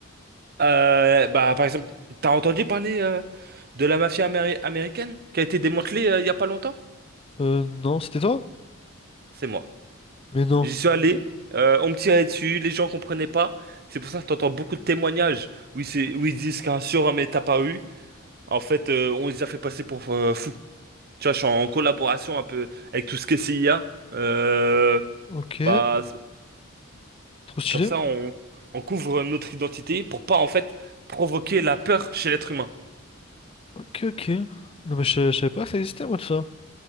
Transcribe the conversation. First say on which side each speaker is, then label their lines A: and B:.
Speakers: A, on the right; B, on the left.
A: Euh, bah, par exemple, t'as entendu parler euh, de la mafia améri- américaine qui a été démantelée euh, il y a pas longtemps?
B: Euh, non, c'était toi?
A: C'est moi.
B: Mais non.
A: J'y suis allé, euh, on me tirait dessus, les gens comprenaient pas. C'est pour ça que t'entends beaucoup de témoignages où ils, se- où ils disent qu'un surhomme est apparu. En fait, euh, on les a fait passer pour euh, fous. Tu vois, je suis en collaboration un peu avec tout ce que CIA. Euh,
B: Ok.
A: bah, c-
B: Trop stylé.
A: comme ça, on, on couvre notre identité pour pas, en fait, provoquer la peur chez l'être humain.
B: Ok, ok. Non, mais je, je savais pas que ça existait, moi, tout ça.